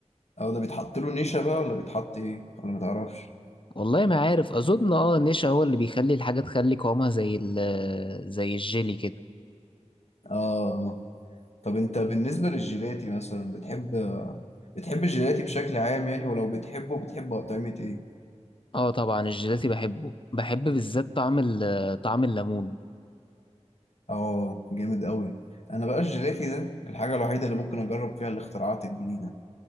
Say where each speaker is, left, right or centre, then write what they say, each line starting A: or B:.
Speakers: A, on the left; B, on the left.
A: او ده بيتحط له نشا بقى ولا بيتحط ايه ولا متعرفش
B: والله ما عارف أظن اه النشا هو اللي بيخلي الحاجة تخلي قوامها زي ال زي الجيلي كده
A: اه اه طب انت بالنسبة للجيلاتي مثلا بتحب بتحب الجيلاتي بشكل عام يعني ولو بتحبه بتحب اطعمة ايه
B: اه طبعا الجيلاتي بحبه بحب بالذات طعم ال- طعم الليمون
A: اه جامد قوي انا بقى الجيلاتي ده الحاجة الوحيدة اللي ممكن اجرب فيها الاختراعات الجديدة